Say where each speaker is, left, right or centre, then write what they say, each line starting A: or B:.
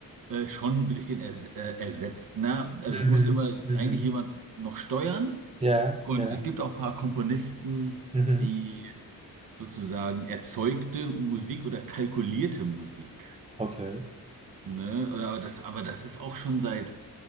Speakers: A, on the right (about 65°); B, on the right (about 20°).
A: äh, schon ein bisschen ers äh, ersetzt. Ne? Also
B: Mhm.
A: es muss immer
B: Mhm.
A: eigentlich jemand noch steuern.
B: Ja,
A: Und
B: ja,
A: es gibt auch ein paar Komponisten,
B: mhm,
A: die sozusagen erzeugte Musik oder kalkulierte Musik.
B: okay.
A: Ne? Oder aber das, aber das ist auch schon seit,